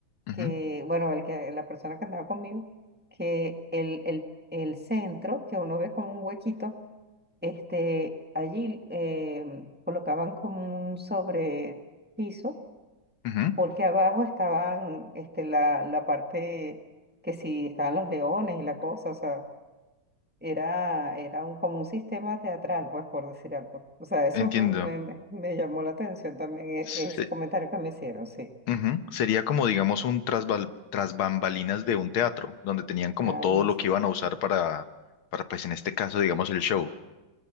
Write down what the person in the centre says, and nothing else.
que, bueno, el que, la persona que andaba conmigo, que el, el, el centro, que uno ve como un huequito, este, allí eh, colocaban como un sobrepiso
porque abajo estaban este, la, la parte que sí estaban los leones y la cosa, o sea, era, era un, como un sistema teatral, pues, por decir algo. O sea, eso
me, me- me- me llamó la atención también, e-
ese comentario que me hicieron, sí,
algo
así,